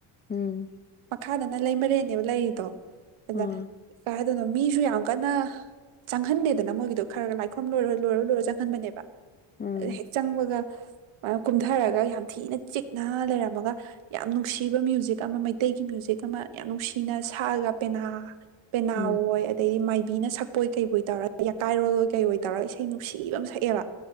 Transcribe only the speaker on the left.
ꯎꯝ
ꯎꯝ ꯑꯥ
ꯎꯝ
ꯎꯝ